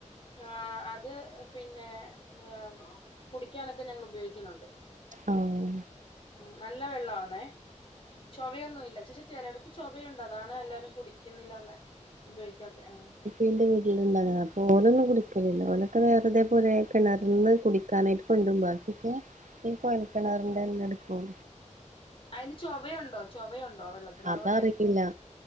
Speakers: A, on the left; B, on the right.
A: ആഹ് അത് പിന്നെ വേണോ കുടിക്കാനൊക്കെ ഞങ്ങൾ ഉപയോഗിക്കുണ് ണ്ട്
B: ആഹ്
A: ആഹ് നല്ല വെള്ള ആന്നേ ചൊവയൊന്നുംല്ല ശെ ചെലടുത്ത് ചൊവയുണ്ട് അതാണ് എല്ലാരും കുടിക്കുന്നില്ലാന്ന് ഉപയോഗിക്കാത്തെ ആഹ്
B: ഇന്റെ വീട്ട്ല്ണ്ടങ്ങനെ അപ്പൊ ഓലൊന്നും കുടിക്കലില്ല ഓലൊക്കെ വേറെ ഇതേപോലെ കിണർന്ന് കുടി ക്കാനായിട്ട് കൊണ്ടരും ബാക്കിയൊക്കെ ഈ കൊഴൽക്കെണറിന്റെന്ന എടുക്കും
A: അയിന് ചൊവയുണ്ടോ ചൊവയുണ്ടോ വെള്ള ത്തിന് അതോണ്ടാരിക്കും
B: അതറിയില്ല